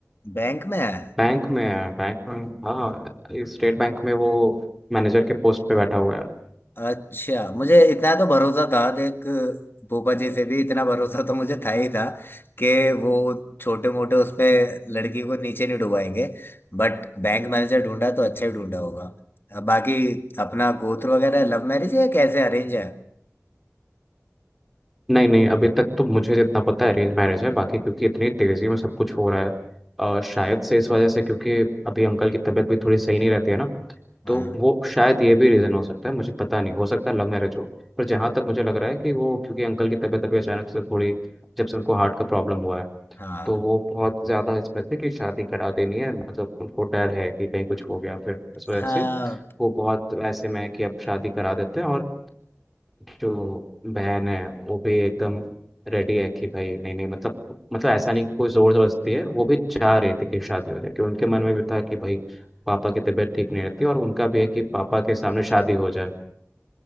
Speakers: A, on the left; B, in the centre.
A: बैंक में है
B: बैंक में है बैंक में हाँ स्टेट बैंक में वो मैनेजर के पोस्ट पे बैठा हुआ है
A: अच्छा मुझे इतना तो भरोसा था देख भूपा जी से भी इतना भरोसा तो मुझे था ही था कि वो छोटे मोटे उस पे लड़की को नीचे नहीं डुबाएंगे बट बैंक मैनेजर ढूंढा तो अच्छा ही ढूंढा होगा अब बाकी अपना गोत्र वगैरह लव मैरिज है या कैसे अरेंज है
B: नहीं नहीं अभी तक तो मुझे जितना पता है अरेंज मैरिज है बाकी क्योंकि इतनी तेजी में सब कुछ हो रहा है अ, शायद से इस वजह से क्योंकि अभी अंकल की तबीयत भी थोड़ी सही नहीं रहती है ना
A: हाँ
B: तो वो शायद ये भी रीज़न हो सकता है मुझे पता नहीं हो सकता है लव मैरिज हो पर जहाँ तक मुझे लग रहा है कि वो क्योंकि अंकल की तबीयत अभी अचानक से थोड़ी जब से उनको हार्ट का प्रॉब्लम हुआ है
A: हाँ
B: तो वो बहुत ज़्यादा इसमें थे कि शादी करा देनी है मतलब उनको डर है कि कहीं कुछ हो गया फिर इस वजह
A: हाँ
B: से वो बहुत ऐसे में है कि अब शादी करा देते हैं और जो बहन है वो भी एकदम रेडी है कि भाई नहीं नहीं मतलब मतलब ऐसा नहीं कि कोई जोर जबरदस्ती है वो भी चाह रही थी कि शादी हो जाए क्योंकि उनके मन में भी था कि भाई पापा की तबीयत ठीक नहीं रहती और उनका भी है कि पापा के सामने शादी हो जाए